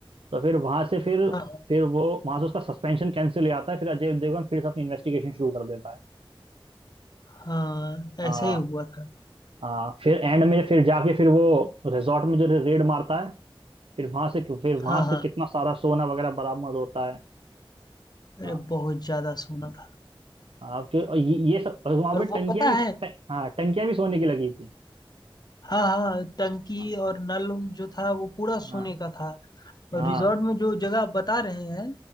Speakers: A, on the right; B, on the left.
A: तो फिर वहां से फिर
B: हाँ हाँ
A: फिर वो वहां से उसका सस्पेंशन कैंसिल हो जाता है फिर अजय देवगन फिर से अपनी इन्वेस्टिगेशन शुरू कर देता है
B: हाँ,
A: हाँ,
B: ऐसे ही हुआ था
A: हाँ फिर एंड में फिर जाके फिर वो रिजॉर्ट में जो रेड मारता है फिर वहां से फिर वहां
B: हाँ
A: से
B: हाँ
A: कितना सारा सोना वगैरह बरामद होता है
B: अरे
A: हाँ
B: बहुत ज्यादा सोना था
A: हाँ क्यों और ये, ये सब वहां
B: और
A: पे टंकियां
B: वो पता
A: भी
B: है
A: ट- हाँ टंकियां भी सोने की लगी थी
B: हाँ हाँ टंकी
A: हाँ
B: और नल जो था वो पूरा सोने
A: हाँ
B: का था
A: हाँ
B: और रिजॉर्ट में जो जगह बता रहे हैं